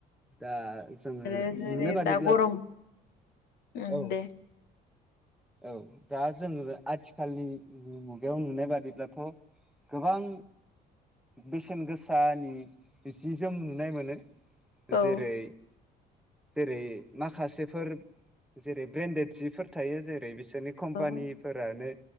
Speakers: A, in the centre; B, on the left (about 70°).
A: दा जोङो
B: आरो
A: नुनाय
B: जेरै
A: बादिब्ला
B: दा गरम उम
A: औ
B: दे
A: औ दा जोङो आथिखालनि मु मुगायाव नुनाय बादिब्लाथ' गोबां बेसेन गोसानि जि जोम नुनाय मोनो
B: औ
A: जेरै जेरै माखासेफोर जेरै ब्रेन्डेड सिफोर थायो जेरै बि- सोरनि कम्पानि
B: औ
A: फोरानो